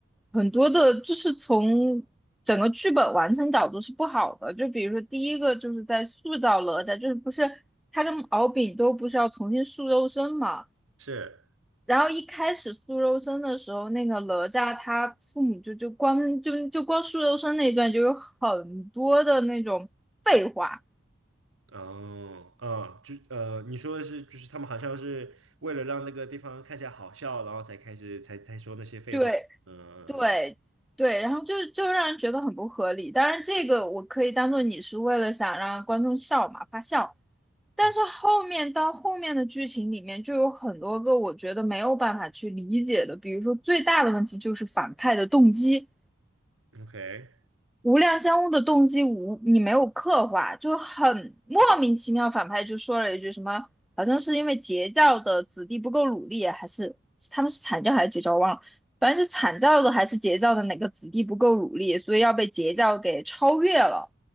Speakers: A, in the centre; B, on the right (about 90°).
A: 很多的就是从整个剧本完成角度是不好的。就比如说第一个就是在塑造哪吒，就是不是他跟敖丙都不是要重新塑肉身嘛？
B: 是。
A: 然后一开始苏柔生的时候，那个哪吒他父母就就光就就光苏柔生那一段就有很多的那种废话，
B: 哦，嗯，就呃，你说的是，就是他们好像是为了让那个地方看起来好笑，然后才开始才才说那些废话。
A: 对
B: 嗯，OK，
A: 对对，然后就就让人觉得很不合理。当然，这个我可以当做你是为了想让观众笑嘛发笑，但是后面到后面的剧情里面就有很多个我觉得没有办法去理解的，
B: 嗯
A: 比如说最大的问题就是反派的动机。
B: ，OK，
A: 无量相翁的动机无你没有刻画，就很莫名其妙。反派就说了一句什么，好像是因为截教的子弟不够努力，还是他们是阐教还是截教，忘了。反正就阐教的还是截教的哪个子弟不够努力，所以要被截教给超越了。